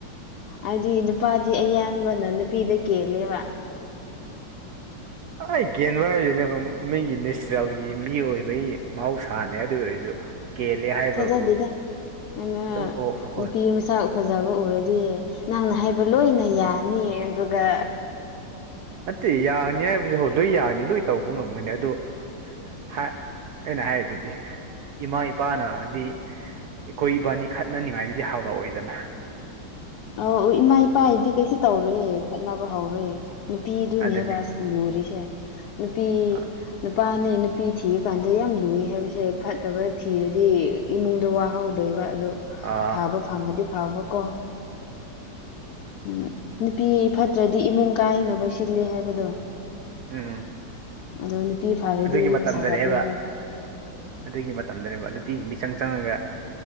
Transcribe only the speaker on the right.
ꯑꯩ ꯒꯦꯟꯕ ꯍꯥꯏꯖꯤꯅꯦ ꯑꯗꯨꯝ ꯃꯤꯒꯤ ꯅꯦꯆꯔꯦꯜꯒꯤ ꯃꯤ ꯑꯣꯏꯕꯒꯤ ꯃꯍꯧꯁꯥꯅꯦ ꯑꯗꯨ ꯑꯣꯏꯔꯁꯨ ꯀꯦꯜꯂꯦ ꯍꯥꯏꯕꯕꯨ
ꯑꯗꯨꯝ ꯑꯣ ꯍꯣꯏ
ꯅꯠꯇꯦ ꯌꯥꯅꯤ ꯍꯥꯏꯕꯖꯦ ꯍꯣꯏ ꯂꯣꯏ ꯌꯥꯒꯅꯤ ꯂꯣꯏ ꯇꯧꯕ ꯉꯝꯒꯅꯤ ꯑꯗꯣ ꯑꯩꯅ ꯍꯥꯏꯗꯨꯗꯤ ꯏꯃꯥ ꯏꯄꯥꯅꯗꯤ ꯑꯩꯈꯣꯏ ꯏꯕꯥꯅꯤ ꯈꯠꯅꯅꯤꯡꯉꯥꯏꯗꯗꯤ ꯍꯥꯎꯔꯛꯑꯣꯏꯗꯅ
ꯑꯗꯨꯅꯤ
ꯑ
ꯑ
ꯎꯝ
ꯑꯗꯨꯒꯤ
ꯃꯇꯝꯗꯅꯦꯕ
ꯑꯗꯨꯒꯤ ꯃꯇꯝꯗꯅꯦꯕ ꯅꯨꯄꯤ ꯃꯤꯆꯪ ꯆꯪꯉꯒ